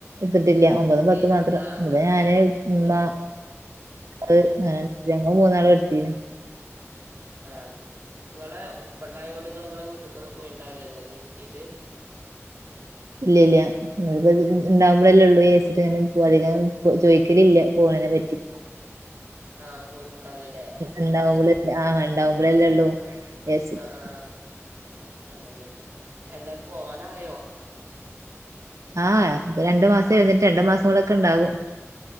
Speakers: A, on the right; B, on the right.
A: ട്ടില്ല ഒമ്പതും പത്ത്
B: ലീ
A: മാത്രം
B: ആ
A: ഇവിടെ
B: ഇങ്ങള്
A: ഞാന് മ്മ
B: ഇങ്ങള്
A: അത് അങ്ങന ഞങ്ങൾ മൂന്നാളു ഇട്ത്തീന്നെ
B: ആഹ് നിങ്ങളെ ഉപ്പണ്ടായതോണ്ട് നിങ്ങ നിങ്ങളെ വീട്ടക്കൊന്നും പോയിുണ്ടാവില്ലല്ലോ വട്ടീട്ട്
A: ഇല്ല ഇല്ല്യ. മ്മപ്പോ ഇണ്ടാവുമ്പോഴല്ലേള്ളൂ ചേച്ചിട്ട് ഇങ്ങനെ പോ അധിക ചോദിക്കലില്ല പോണെ പറ്റി
B: ആ പോയിട്ടുണ്ടാവില്ലല്ലേ
A: ഉണ്ടാവുമ്പ ആഹ് ഉണ്ടാവുമ്പോളല്ലേള്ളൂ വട്ട്
B: ആ ആ അതന്നെ എന്താ പോവാനായോ
A: ആഹ് ഇപ്പൊ രണ്ടു മാസം എഴുന്നിട്ട് രണ്ടു മാസം കൂടെൊക്കെ ഇണ്ടാകും